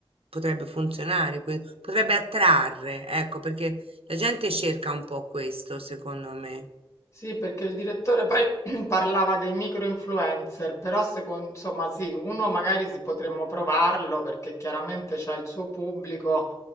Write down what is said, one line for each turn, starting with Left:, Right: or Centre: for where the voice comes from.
Right: potrebbe funzionare, que- potrebbe attrarre, ecco, perché la gente cerca un po' questo, secondo me.
Left: Sì, perché il direttore poi <clears throat> parlava dei micro-influencer, però secondo, insomma sì, uno magari si potremmo provarlo perché chiaramente c'ha il suo pubblico,